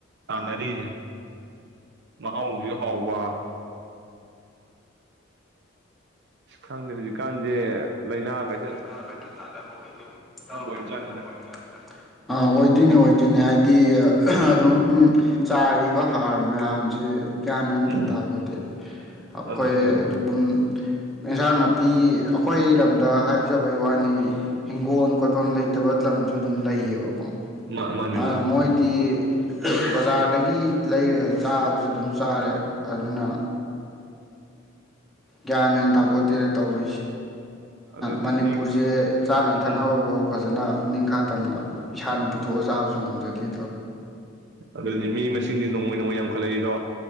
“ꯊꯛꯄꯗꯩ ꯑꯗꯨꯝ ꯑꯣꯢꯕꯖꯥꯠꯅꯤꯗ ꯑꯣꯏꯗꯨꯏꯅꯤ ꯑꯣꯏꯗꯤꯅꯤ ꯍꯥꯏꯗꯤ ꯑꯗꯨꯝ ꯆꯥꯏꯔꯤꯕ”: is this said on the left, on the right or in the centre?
Centre